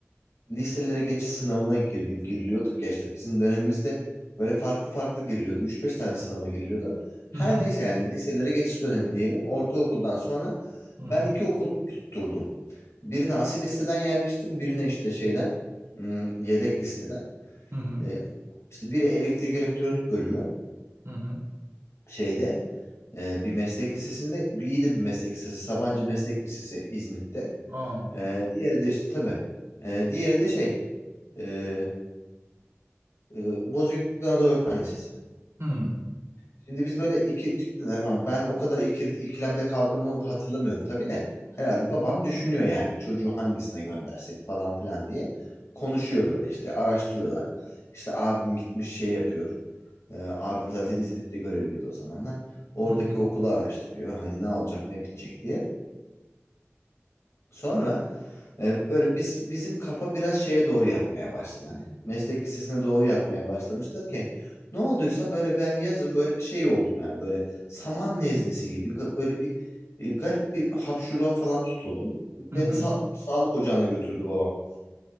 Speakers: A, on the left; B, on the right.
A: liselere geçiş sınavına gir, giriliyorduk ya işte bizim dönemimizde böyle farklı farklı giriliyordu. üç beş tane sınava giriliyordu. Her
B: Hı hı.
A: neyse yani liselere geçiş dönemi diyelim. Ortaokuldan sonra
B: Hı hı.
A: ben iki okul tutturdum. Birine asil listeden yerleştim, birine işte şeyden hmm, yedek listeden.
B: Hı hı.
A: E, işte biri elektrik elektronik bölümü
B: Hı hı.
A: şeyde e, bir meslek lisesinde iyi de bir meslek lisesi Sabancı Meslek Lisesi İzmit'te.
B: Aa.
A: E, diğeri de işte tabii. E, diğeri de şey e, e, Bozüyük Anadolu Öğretmen Lisesi.
B: Hı.
A: Şimdi biz böyle ikircikti de falan. Ben o kadar ikir, ikilemde kaldığımı hatırlamıyorum tabii de. Herhalde
B: Hı
A: babam
B: hı.
A: düşünüyor yani çocuğu hangisine göndersek falan filan diye. Konuşuyor böyle işte araştırıyorlar. İşte abim gitmiş şey yapıyor. Ee, abim zaten İzmit'te görevliydi o zamanlar. Oradaki
B: Hı hı.
A: okulu araştırıyor. Hani ne olacak ne bitecek diye. Sonra e, böyle biz bizim kafa biraz şeye doğru yatmaya başladı hani. Meslek lisesine doğru yatmaya başlamıştı ki ne olduysa böyle ben yazın böyle bir şey oldum yani böyle saman nezlesi gibi ga- böyle bir e, garip bir hapşuruğa falan tutuldum. Beni
B: Hı hı.
A: sa- sağlık ocağına götürdü babam.